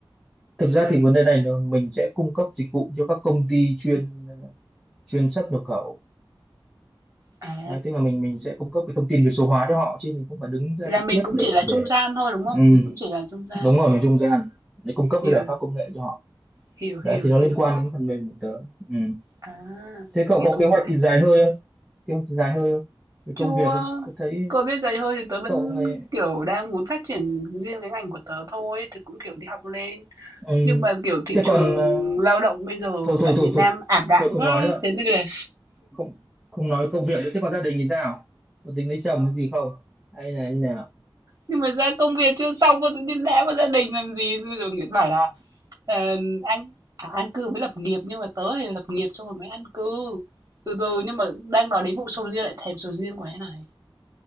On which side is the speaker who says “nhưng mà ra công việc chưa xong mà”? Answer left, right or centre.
Right